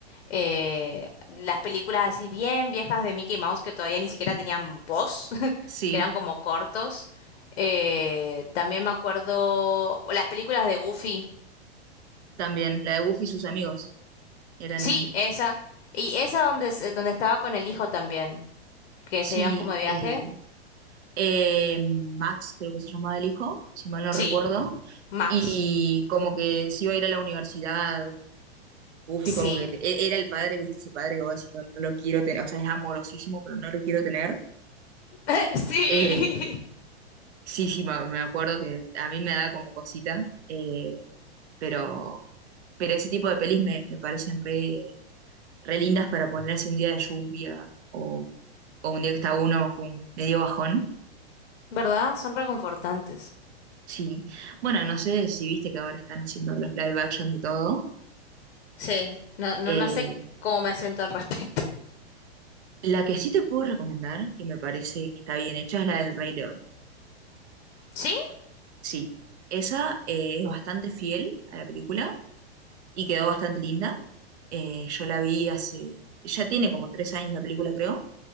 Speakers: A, on the left; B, on the right.
A: eh, las películas así bien viejas de Mickey Mouse que todavía ni siquiera tenían voz, <laughs>
B: Sí,
A: que eran como cortos. Eh, también me acuerdo las películas de Goofy,
B: también. La de Buffy y sus amigos. Eran.
A: Sí, esa. Y esa donde, se- donde estaba con el hijo también, que
B: Sí,
A: se iban como de viaje.
B: eh, eh, Max, creo que se llamaba el hijo, si mal no recuerdo.
A: Sí. Max.
B: Y como que se iba a ir a la universidad. Buffy,
A: Sí.
B: como que e- era el padre, ¿viste? Ese padre que vos decís, no, no lo quiero tener. O sea, es amorosísimo, pero no lo quiero tener.
A: <laughs> sí.
B: Eh, sí, sí, ma- me acuerdo que a mí me da como cosita. eh, pero, pero ese tipo de pelis me, me parecen re. re lindas para poner así un día de lluvia o, o un día que está uno con medio bajón.
A: ¿Verdad? Son reconfortantes.
B: Sí. Bueno, no sé si viste que ahora están haciendo los live action de todo.
A: Sí. No, no,
B: Eh,
A: no sé cómo me siento al respecto.
B: la que sí te puedo recomendar, que me parece que está bien hecha, es la del Rey León.
A: ¿Sí?
B: Sí. Esa eh, es bastante fiel a la película y quedó bastante linda. Eh, yo la vi hace, ya tiene como tres años la película, creo,